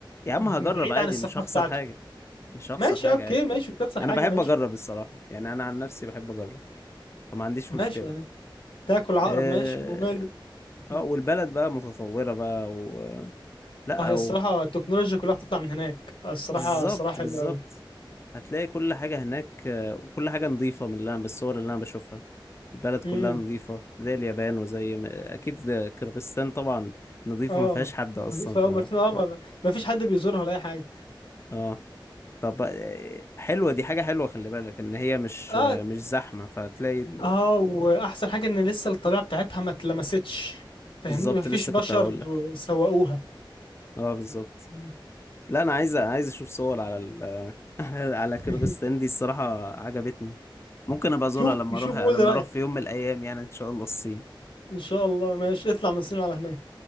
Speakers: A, on the left; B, on the left.
A: يا عم هجرب
B: بعيد
A: عادي
B: عن الثقافه
A: مش هخسر
B: بتاعته
A: حاجة مش هخسر
B: ماشي
A: حاجة
B: اوكي
A: عادي
B: ماشي مش تخسر
A: أنا
B: حاجه
A: بحب
B: ماشي
A: أجرب الصراحة يعني أنا عن نفسي بحب أجرب فما عنديش
B: ماشي
A: مشكلة
B: يعني. تاكل عقرب
A: اه
B: ماشي وماله
A: آه،
B: مم.
A: والبلد بقى متطورة بقى و... لا
B: اه هي الصراحه التكنولوجيا كلها بتطلع من هناك آه، الصراحه
A: بالظبط
B: الصراحه حلوه
A: بالظبط
B: قوي
A: هتلاقي كل حاجة هناك آه، وكل حاجة نظيفة من اللي أنا بالصور اللي أنا بشوفها البلد كلها
B: امم
A: نظيفة زي اليابان وزي ما- أكيد ده كرغستان طبعا نظيفة
B: اه
A: ما فيهاش حد أصلا
B: نظيفه
A: ف
B: قوي ما في اه ما ما ما فيش حد بيزورها ولا اي حاجه
A: آه طب آه، حلوة دي حاجة حلوة خلي بالك إن هي مش
B: اه
A: آه، مش زحمة فهتلاقي ال-
B: اه واحسن حاجه ان لسه الطبيعه بتاعتها ما اتلمستش فاهمني
A: بالظبط
B: ما فيش
A: لسه
B: بشر
A: كنت هقول لك
B: سوقوها
A: آه بالظبط
B: مم.
A: لا أنا عايز عايز أشوف صور على ال... <laughs> على
B: <laughs>
A: كرغستان دي الصراحة عجبتني ممكن أبقى أزورها
B: شوف
A: لما
B: شوف
A: أروح لما
B: قول لي رايك
A: أروح في يوم من الأيام يعني إن شاء الله الصين
B: ان شاء الله ماشي اطلع من الصين على هناك